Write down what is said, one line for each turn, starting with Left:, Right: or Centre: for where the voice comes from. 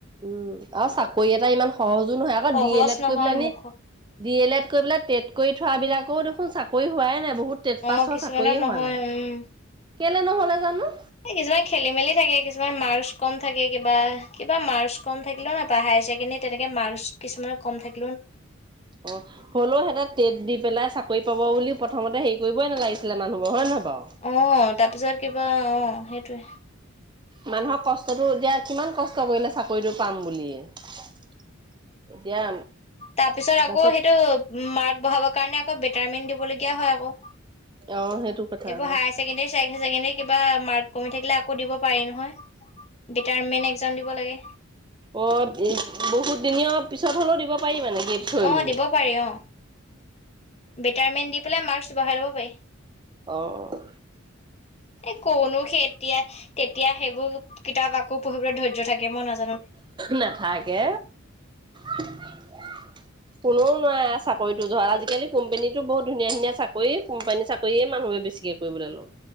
Right: উম, আৰু চাকৰি এটা ইমান সহজো নহয় আকৌ
Left: সহজ
Right: দি এল এড
Left: নহয়
Right: কৰি পেলি
Left: মুখ
Right: দি এল এড টেট কৰি থোৱ বিলাকেও দেখোন চাকৰি হোৱাই নাই। বহুত
Left: অ
Right: তেট পাছৰ
Left: কিছুমানৰ
Right: চাকৰিয়ে হোৱা
Left: নহয়
Right: নাই
Left: উম
Right: কেলে নহ'লে জানো।
Left: এ কিছুমান খেলি মেলি থাকে কিছুমান মাৰছ কম থাকে কিবা কিবা মাৰ্কছ কম থাকিলে নাপা হায়াৰ ছেকেণ্ডেৰী তেনেকে মাৰ্কছ কিছুমানত কম থাকে।
Right: অ' হ'লেও সিহঁতে টেট দি পেলাই চাকৰি পাব বুলি প্ৰথমতে হেৰি কৰিবই নালাগিছে। মানুবোৰৰ হয় নহয় বাৰু।
Left: অ তাৰপিছত কিবা অ সেইটয়ে।
Right: মানুহক কষ্টটো দিয়া কিমান কষ্ট কৰিলে চাকৰিটো পাম বুলিয়ে। এতিয়া
Left: তাৰ পিছত
Right: তাৰপিছত
Left: আকৌ সেইটো মাৰ্ক বঢ়াব কাৰণে আকৌ বেটাৰমেন্ট দিবলগীয়া হয় আকৌ।
Right: অ সেইটো কথা
Left: এইবোৰ
Right: অ।
Left: হায়াৰ ছেকেণ্ডৰী চছেকেণ্ডী কিবা মাৰ্ক কমি থাকিলে আকৌ দিব। পাৰি নহয়। বেটাৰমেণ্ট এক্সাম দিব লাগে।
Right: অ' বহুত দিনীয়া পিছত হ'লেও দিব। পাৰি মানে গেপ থৈ হলেও।
Left: অ' দিব পাৰি অ বেটাৰমেণ্ দি পেলাই মাৰ্কচ বঢ়াই ল'ব পাৰি।
Right: অ',
Left: এই কনো সেই এতিয়া তেতিয়া সেইবোৰ কিতাপ আকৌ পঢ়িবলৈ ধৈৰ্য থাকে মই নাজো।
Right: নাথাকে কোনেও নোৱাৰে চাকৰিতো যোৱা আজিকালি কোম্পানীতো বহুত ধুনীয়া ধুনীয়া চাকৰি কোম্পানী চাকৰিয়ে মানে। বেছিকে কৰিবলে লও।